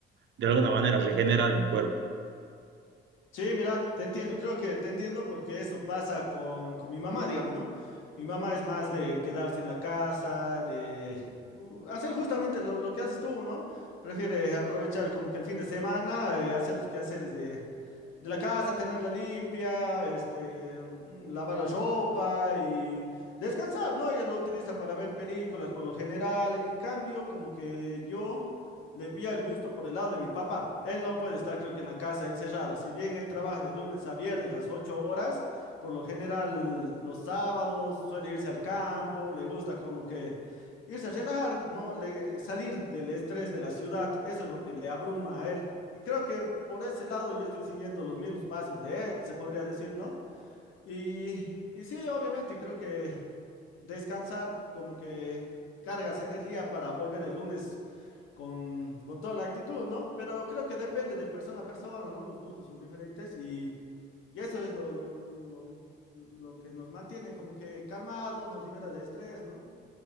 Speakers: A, on the right (about 65°); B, on the left (about 85°).
A: De alguna manera regenerar el cuerpo.
B: Sí, mira, te entiendo, creo que te entiendo porque eso pasa con, con mi mamá, digamos, ¿no? Mi mamá es más de quedarse en la casa, de uh, hacer justamente lo, lo que haces tú, ¿no? Prefiere aprovechar como que el fin de semana, eh, hacer los quehaceres de de la casa, tenerla limpia, este, mm, lavar la ropa y descansar, ¿no? Ella lo utiliza para ver películas por lo general. En cambio, como que yo le pilla el gusto por el lado de mi papá. Él no puede estar, creo que en la casa encerrado. Si bien él trabaja de lunes a viernes las ocho horas, por lo general los sábados suele irse al campo, le gusta como que irse a relajar, no le, salir del estrés de la ciudad. Eso es lo que le abruma a él. Y creo que por ese lado yo estoy siguiendo los mismos pasos de él, se podría decir, ¿no? Y, y sí, obviamente, creo que descansar como que cargas energía para volver el lunes con, con toda la actitud, ¿no? Pero creo que depende de persona a persona, ¿no? Los gustos son diferentes y, y eso es lo, lo, lo, lo que nos mantiene como que calmados, nos libera de estrés, ¿no?